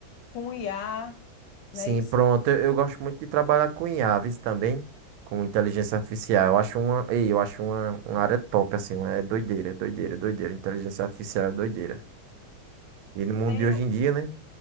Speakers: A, on the left; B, on the right.
A: com IA,
B: Sim,
A: não é isso?
B: pronto. Eu, eu gosto muito de trabalhar com IA, viu, também, com inteligência artificial. Eu acho uma, ei, eu acho uma, uma área top, assim, é doideira, doideira, doideira. Inteligência artificial é doideira. E
A: E
B: no
A: também
B: mundo de hoje em dia, né?